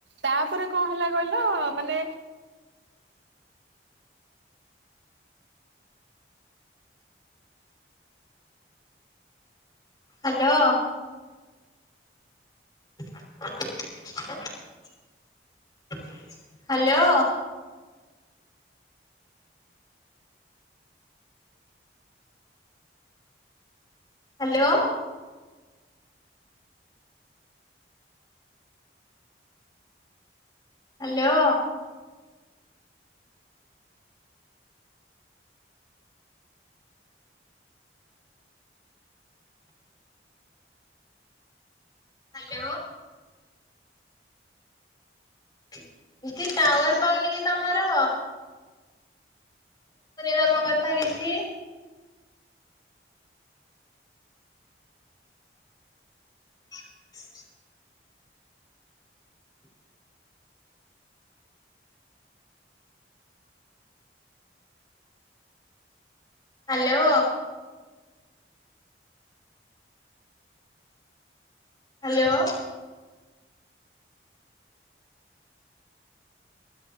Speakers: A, on the right; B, on the left.
A: ତାପରେ, କଣ ହେଲା କହିଲ, ମାନେ
B: hello <unintelligible> hello hello hello hello ଉଦି <unintelligible> tower ପାଉନି କି ତମର? ଶୁଭୁନି ତମ କଥା କିଛି? <inaudible> ହାଲୋ ହାଲୋ